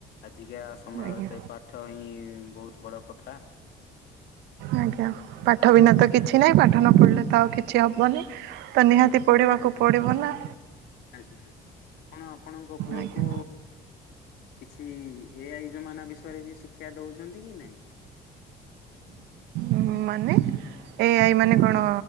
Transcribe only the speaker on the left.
ଆଜିକା ସମୟରେ
ତ ପାଠ ହିଁ ବହୁତ ବଡ଼ କଥା।
ଆଜ୍ଞା ଆପଣ ଆପଣଙ୍କ ପୁଅ
କୁ କିଛି କି ଏଆଇ ଜମାନା ବିଷୟରେ ବି ଶିକ୍ଷା ଦଉଛନ୍ତି କି ନାଇଁ?